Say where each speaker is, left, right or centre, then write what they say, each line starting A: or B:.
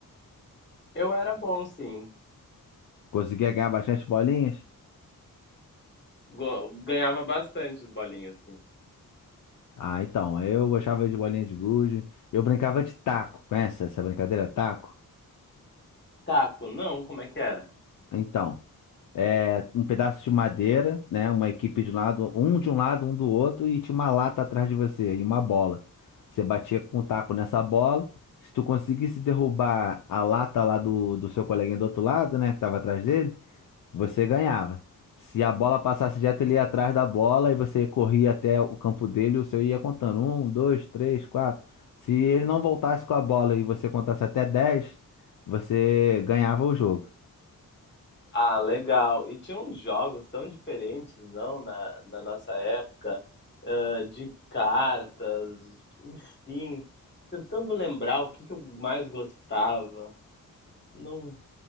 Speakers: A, on the left (about 30°); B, on the left (about 60°).
A: Eu era bom, sim.
B: Conseguia ganhar bastante bolinhas?
A: Go- Ganhava bastante bolinhas, sim.
B: Ah, então, eu gostava de bolinha de gude. Eu brincava de taco, conhece essa brincadeira taco?
A: Taco, não, como é que era?
B: Então, é um pedaço de madeira, né? Uma equipe de um lado, um de um lado, um do outro, e tinha uma lata atrás de você e uma bola. Você batia com o taco nessa bola. Se tu conseguisse derrubar a lata lá do, do seu coleguinha do outro lado, né, que tava atrás dele, Você ganhava. Se a bola passasse direto, ele ia atrás da bola e você corria até o campo dele, o seu ia contando. Um, dois, três, quatro. Se ele não voltasse com a bola e você contasse até dez, você ganhava o jogo.
A: Ah, legal. E tinha uns jogos tão diferentes, não, na, na nossa época, ah, de cartas, enfim. Tentando lembrar o que que eu mais gostava. Não,